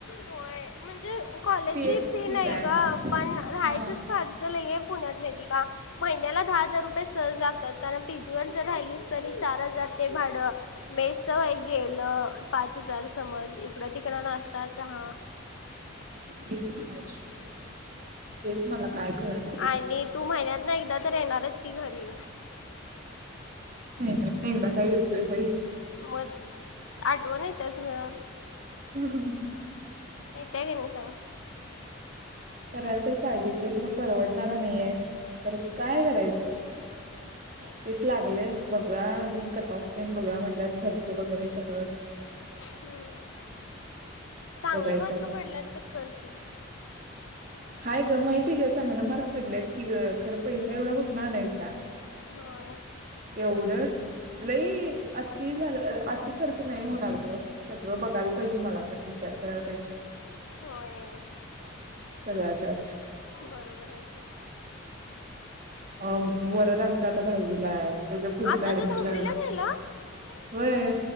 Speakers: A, on the left; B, on the right.
A: होय. म्हणजे कॉलेजची
B: एक
A: फी
B: ठीक
A: नाही
B: आहे
A: गं, पण राहायचच
B: हा
A: खर्च चल ये पुण्यात वेदिका महिन्याला दहा हजार रुपये सहज लागतात कारण पीजी वर जर राहिली स तरी चार हजार ते भाडं मेस तर वई गेलं पाच हजार समज इकडं तिकडं नाश्ता चहा ‌.
B: हे तर आहेच तेच मला काय कळना बाई
A: आणि तू महिन्यात ना एकदा तर येणारच आहेस की घरी
B: महिन्यात न एकदा काय येतो बाई?
A: मग आठवण येतीयाच गं.
B: हम ह.
A: येती या कनी सांग.
B: करायला तर पाहिजे ब खरं परवडणारा नाहीय तर काय करायचं? <inaudible> तेच लागलेय बघूया. अजून कट ऑफ देन बघूया म्हणतात खर्च वगैरे सगळंच.
A: हम्म चांगला
B: बघायचं
A: मार्क
B: आता
A: पडल्यात तर कर की.
B: हाय ग माहिती आहे, ग चांगला मार्क पडल्यात की ग खरं पैसा एवढा कुठून आणायचा?
A: होय.
B: एवढं लई आत्ती झालं आती खर्च नाही होणार ग सगळं बघाल पाहिजे मला पण विचार करायला पाहिजे.
A: होय.
B: सगळ्याचाच
A: बरोबर आहे की.
B: अं, वरद आमचा आता दहावीला आहे त्याचं पुढचं
A: आता
B: ऍडमिशन
A: तो धावीला गेला? केवढा
B: वय